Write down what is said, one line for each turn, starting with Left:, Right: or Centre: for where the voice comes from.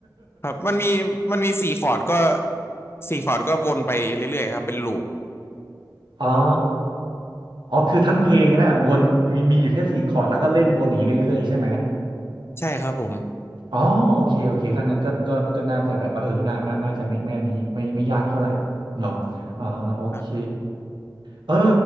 Left: ครับมันมีมันมีสี่คอร์ดก็สี่คอร์ดก็วนไปเรื่อยๆครับเป็นลูป
Right: <laughs> อ๋ออ๋อคือทั้งเพลงนะวนมีมีอยู่แค่สี่คอร์ดแล้วก็เล่นวนอย่างนี้เรื่อยๆใช่ไหม
Left: ใช่ครับผม
Right: อ๋อโอเคโอเคถ้างั้นก็ก็ก็น่าจะแบบว่าเออน่าน่าน่าจะไม่ไม่อันนี้ไม่ไม่ยากเท่าไหร่เนาะอ่าโอเค
Left: ครับ
Right: เออ